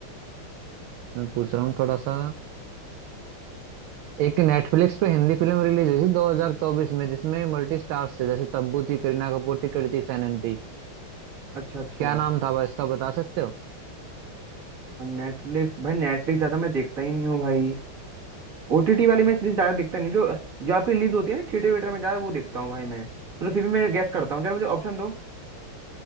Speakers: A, on the right; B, on the right.
A: मैं पूछ रहा हूँ थोड़ा सा एक नेटफ्लिक्स पे हिंदी फिल्म रिलीज हुई थी 2024 में जिसमें मल्टी स्टार्स थे जैसे तब्बू थी करीना कपूर थी कृति सेनन थी
B: अच्छा अच्छा
A: क्या नाम था भाई इसका बता सकते हो
B: नेटफ्लिक्स भाई नेटफ्लिक्स ज्यादा मैं देखता ही नहीं हूँ भाई ओटीटी वाली मैं सीरीज ज्यादा देखता नहीं जो जो आपकी रिलीज होती है ना थिएटर वेटर में ज्यादा वो देखता हूँ भाई मैं चलो फिर भी मैं गैस करता हूँ जरा मुझे ऑप्शन दो